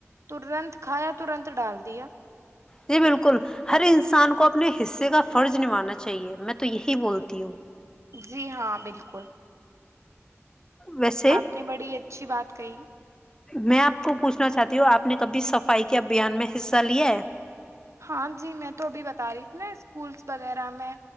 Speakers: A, on the right; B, on the left.
A: ترنت کھایا ترنت ڈال دیا
B: جی بالکل ہر انسان کو اپنے حصے کا فرض نبھانا چاہیے میں تو یہی بولتی ہوں
A: جی ہاں بالکل
B: ویسے
A: آپ نے بڑی اچھی بات کہی
B: میں آپ کو پوچھنا چاہتی ہوں آپ نے کبھی صفائی کے ابھیان میں حصہ لیا ہے
A: ہاں جی میں تو ابھی بتا رہی تھی نا اسکولس وغیرہ میں